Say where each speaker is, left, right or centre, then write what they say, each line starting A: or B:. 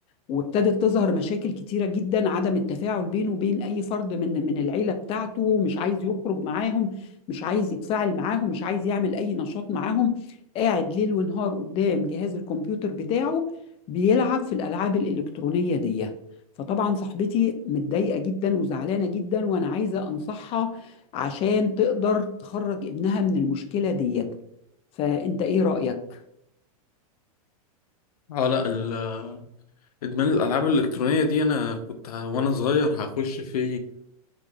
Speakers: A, on the left (about 30°); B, on the left (about 80°).
A: وابتدت تظهر مشاكل كتيرة جدا عدم التفاعل بينه وبين أي فرد من من العيلة بتاعته مش عايز يخرج معاهم مش عايز يتفاعل معاهم مش عايز يعمل أي نشاط معاهم قاعد ليل ونهار قدام جهاز الكمبيوتر بتاعه بيلعب في الألعاب الإلكترونية دي فطبعا صاحبتي متضايقة جدا وزعلانة جدا وأنا عايزة أنصحها عشان تقدر تخرج ابنها من المشكلة ديت فأنت إيه رأيك؟
B: اه لا ال- ادمان الالعاب الالكترونيه دي انا كنت ه- وانا صغير هخش في